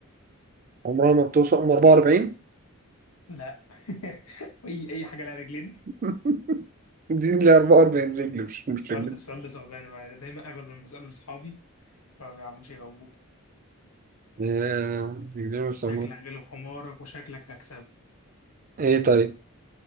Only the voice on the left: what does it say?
لا <laughs> اي اي حاجة لها رجلين
السؤال
السؤال ده صعبان بقى. دايما اغلب لما بسأله لاصحابي ما بيعرفوش يجاوبوه
شكلك غلب حمارك وشكلك هكسبك